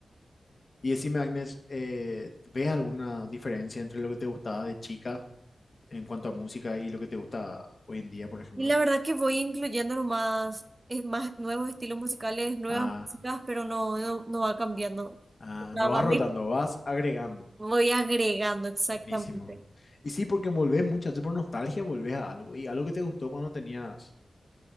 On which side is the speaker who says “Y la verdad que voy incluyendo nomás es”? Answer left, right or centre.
Right